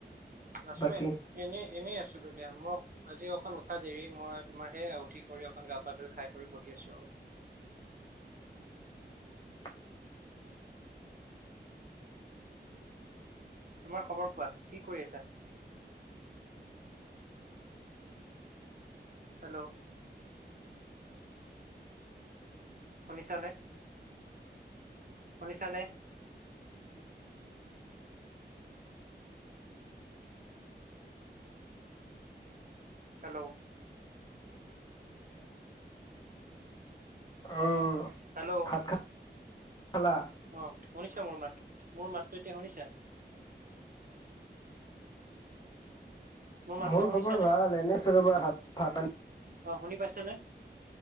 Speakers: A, on the right; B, on the left.
A: আছো
B: বাকী?
A: এনেই এনেই আছো দো মোক আজি অকন উঠা দেৰি মই তোমাৰ সেইয়া উঠি কৰি অকন গা পা ধই খাই কৰি বহি আছো আও
B: <inaudible>
A: তোমাৰ খবৰ কোৱা কি কৰি আছা? হেল্ল'? শুনিছানে? শুনিছানে? হেল্ল'।
B: অ'
A: হেল্ল'
B: ভাত খ-খালা?
A: অ, শুনিছা মোৰ মাতটো মোৰ মাতটো এতিয়া শুনিছা? মাতটো
B: মোৰ
A: শুনিছানে
B: খবৰ ভাল এনে চ ৰবা ভাত ভাত প
A: অ, শুনি পাইছ